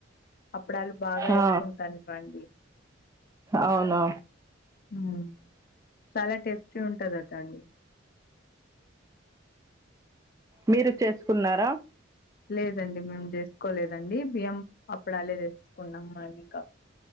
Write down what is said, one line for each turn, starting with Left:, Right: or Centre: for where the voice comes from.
Left: అప్పడాలు బాగా
Right: ఆ
Left: ఏస్కుంటాన్ ఇవ్వండి
Right: అవునా
Left: ఉమ్ చాలా టేస్టీ ఉంటదాట అండి
Right: మీరు చేస్కున్నారా
Left: లేదండి మేమ్ చేస్కోలేదండి బియ్యం అప్పడాలే వేస్కున్నామ్ ఇంక